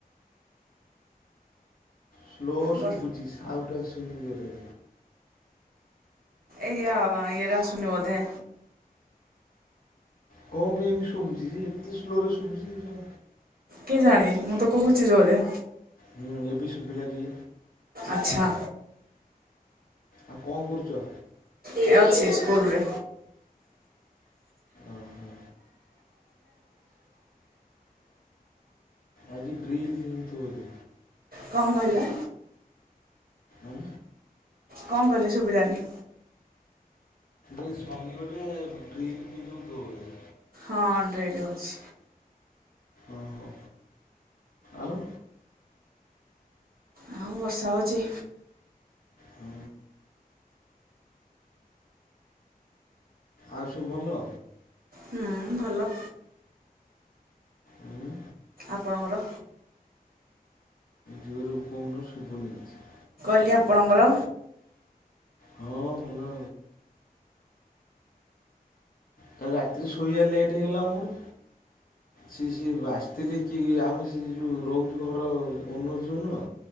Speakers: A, on the left; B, on the right.
A: ସ୍ଲୋ
B: ବ
A: ସୁୁପୁଜି ସାଠ ଶନିବିରେ।
B: ଏଇଆା ଇରାା ସୁଣିବଧେ।
A: କଣ ପାଇଁ ସୁବୁଜି ଏତେ ସ୍ଲୋରେ ସୁବୁଜି।
B: କିଏ ଜାଣଣି ମୁଁ ତ କହୁଛି ଜୋରେ।
A: ହୁଁ ଏବେ ଶୁବିଲା କି।
B: ଆଚ୍ଛା।
A: ଆଉ କଣ କରୁଛ।
B: କେ ଅଛି ସ୍କୁଲରେ।
A: ଓହୋ ଆଜି ଡ୍ର୍ରୀଲ ଦ ହହୁୁ।
B: କଣ କହିଲା।
A: ଆଁ।
B: କଣ କଲେ ସୁଭିଲାନି।
A: ଏ ସୀ ବେଟେ ଡ୍ରିଲ ଫ ଦ ବଜେ।
B: ହଁ ଅଣ୍ଡ୍ରେଡ଼୍ ହେଉଛି।
A: ଓ ହୋ ଆଉ
B: ଆଉ ବର୍ଷା ହେଉଛି।
A: ହୁଁ। ଆଉ ସବୁ ଭଲ।
B: ହୁଁ ଭଲ।
A: ଉଁ।
B: ଆପଣଙ୍କର।
A: ଜୋରେ କହୁନ ଶୁଭୁନି କିଛି।
B: କିଏ ଆପନଙ୍କର।
A: ହଁ ଭଲ। କାଲି ରାତିରେ ଶୋଇବା ଲେଟ୍ ହେଇଗଲା ମୋର। ସିଏ ସିଏ ଆସିଥିଲେ କିଏ ଆମର ସେ ଯୋଉ ରହୁଛୁ ଘର ଓନର୍ ଯୋଉ ନୁହଁ।